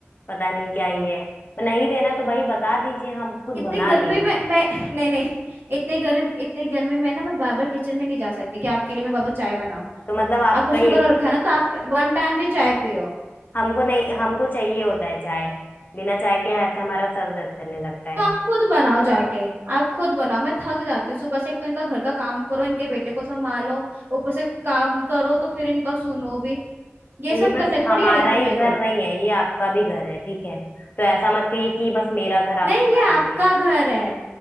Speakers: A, on the left; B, on the right.
A: पता नहीं क्या ही है नहीं देना तो भाई बता दीजिए हम खुद
B: इतनी
A: बना
B: गर्मी
A: लेंगे
B: में मैं <laughs> नहीं नहीं इतने गर्म इतने गर्मी में ना मैं बाबा किचन में नहीं जा सकती कि आपके लिए मैं बाबा चाय बनाऊं
A: तो मतलब आपका
B: आपको
A: ये
B: शुगर हो रखा है ना तो आप वन टाइम ही चाय पियो
A: हमको नहीं हमको चाहिए होता है चाय बिना चाय के ऐसे हमारा सर दर्द करने लगता है
B: तो आप खुद बनाओ जाके आप खुद बनाओ मैं थक जाती हूँ सुबह से एक तो इनका घर का काम करो इनके बेटे को संभालो ऊपर से काम करो तो फिर इनका सुनो भी ये
A: तो ये
B: सब
A: बस
B: करने थोड़ी
A: हमारा
B: आई थी
A: ही
B: मैं इधर
A: घर नहीं है ये आपका भी घर है ठीक है तो ऐसा मत कहिए कि बस मेरा घर आप
B: नहीं
A: संभाल
B: ये आपका
A: लेंगे
B: घर है